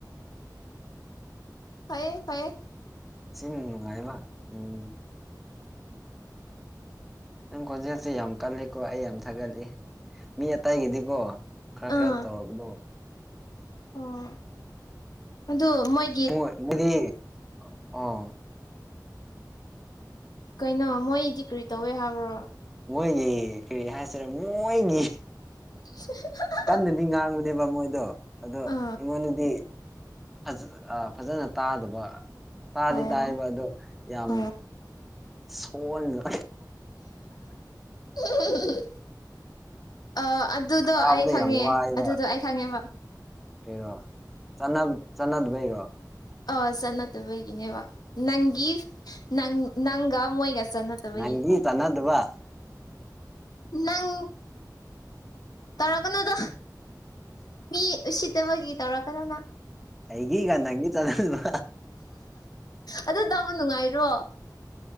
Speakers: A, on the left; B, in the centre.
A: ꯐꯌꯦ ꯐꯌꯦ
B: ꯁꯤꯟ ꯅꯨꯡꯉꯥꯏꯕ ꯎꯝ ꯅꯪ ꯈꯣꯟꯖꯦꯜꯁꯤ ꯌꯥꯝ ꯀꯜꯂꯤꯀꯣ ꯑꯩ ꯌꯥꯝ ꯊꯥꯒꯠꯂꯤ ꯃꯤ ꯑꯇꯩꯒꯤꯗꯤꯀꯣ ꯈ꯭ꯔ
A: ꯑꯥ
B: ꯈ꯭ꯔ ꯇꯧꯔꯛꯄꯗꯣ
A: ꯑꯣ ꯑꯗꯨ ꯃꯣꯏ
B: <unintelligible> ꯑꯣ
A: ꯀꯩꯅꯣ ꯃꯣꯏꯗꯤ ꯀ꯭ꯔꯤ ꯇꯧꯋꯦ ꯍꯥꯏꯕ꯭ꯔꯣ
B: ꯃꯣꯏꯒꯤ ꯀ꯭ꯔꯤ ꯍꯥꯏꯁꯤꯔ ꯃꯣꯏꯒꯤ
A: <unintelligible>
B: ꯀꯟꯅꯗꯤ ꯉꯥꯡꯕꯅꯦꯕ ꯃꯣꯏꯗꯣ ꯑꯗꯣ
A: ꯑꯥ
B: ꯑꯩꯉꯣꯟꯗꯗꯤ ꯐꯖ ꯑꯥ ꯐꯖꯅ ꯇꯥꯗꯕ ꯇꯥꯗꯤ
A: ꯑꯣ
B: ꯇꯥꯏꯕ ꯑꯗꯣ ꯌꯥꯝ
A: ꯑꯣ
B: ꯁꯣꯟꯅ
A: <unintelligible> ꯑ ꯑꯗꯨꯗꯣ
B: ꯇꯥꯕꯗ
A: ꯑꯩ ꯈꯪꯉꯦ
B: ꯌꯥꯝ ꯋꯥꯏꯕ
A: ꯑꯗꯨꯗꯣ ꯑꯩ ꯈꯪꯉꯦꯕ
B: ꯀꯩꯔꯣ ꯆꯥꯟꯅꯕ ꯆꯥꯟꯅꯗꯕꯩꯔꯣ
A: ꯑ ꯆꯠꯅꯠꯇꯕꯒꯤꯅꯦꯕ ꯅꯪꯒꯤꯁ ꯅꯪ ꯅꯪꯒꯥ ꯃꯣꯏꯒ ꯆꯅꯠ ꯇꯕꯒꯤꯀꯣ
B: ꯅꯪꯒꯤ ꯆꯥꯟꯅꯗꯕ
A: ꯅꯪ ꯇꯧꯔꯛꯀꯅꯨꯗꯥ ꯃꯤ ꯎꯁꯤꯠꯇꯕꯒꯤ ꯇꯧꯔꯛꯀꯅꯣ ꯅꯪ
B: ꯑꯩꯒꯤꯒ ꯅꯪꯒꯤ ꯆꯠꯍꯟꯕ
A: ꯑꯗꯨ ꯇꯥꯕ ꯅꯨꯡꯉꯥꯏꯔꯣ